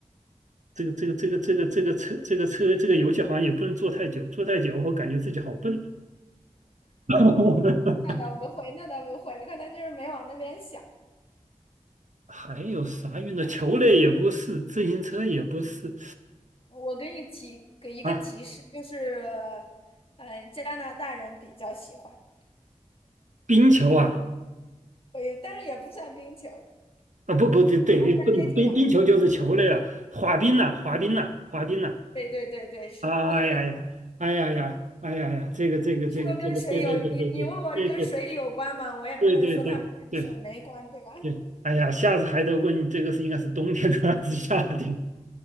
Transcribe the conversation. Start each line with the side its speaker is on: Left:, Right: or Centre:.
Right: 这个这个这个这个这个车这个车这个游戏好像也不能坐太久，坐太久我感觉自己好笨。<laughs>
Left: 那倒不会，那倒不会，可能就是没往那边想。
Right: 还有啥运动？球类也不是，自行车也不是，
Left: 我给你提给一个提示，
Right: 啊，
Left: 就是，嗯，加拿大人比较喜欢，
Right: 冰球啊，
Left: 呃，但是也不算冰球，还
Right: 啊不不对对，
Left: 算接近了。
Right: 不冰冰球就是球类了，滑冰呐、滑冰呐、滑冰呐、
Left: 对对对对，是的，
Right: 哎呀呀，
Left: <laughs>
Right: 哎呀呀，哎呀呀，这个这个这个这个，
Left: 是不是跟水有？
Right: 对对对对对对对
Left: 你你问我跟水有关吗？我也不能说它跟水没关，
Right: 对对对对
Left: 对吧？<laughs>
Right: 对，哎呀，下次还得问这个是应该是冬天的还是夏天